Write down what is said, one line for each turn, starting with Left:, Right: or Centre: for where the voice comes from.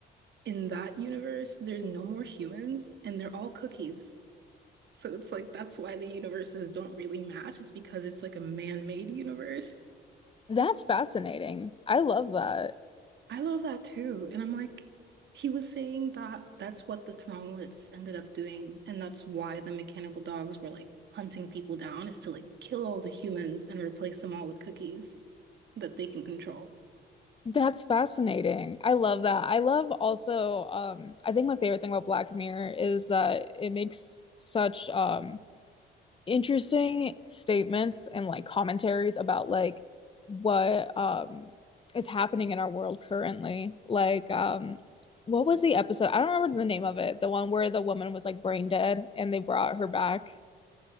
Right: in that universe, there's no more humans and they're all cookies. So it's like that's why the universes don't really match, It's because it's like a man-made universe.
Left: That's fascinating. I love that.
Right: I love that too. And I'm like, he was saying that that's what the Thronglets ended up doing. And that's why the mechanical dogs were like hunting people down, is to like kill all the humans and replace them all with cookies that they can control.
Left: That's fascinating. I love that. I love also, um, I think my favorite thing about Black Mirror is that it makes such um interesting statements and like commentaries about like what um is happening in our world currently. Like um what was the episode? I don't remember the name of it. The one where the woman was like brain dead and they brought her back.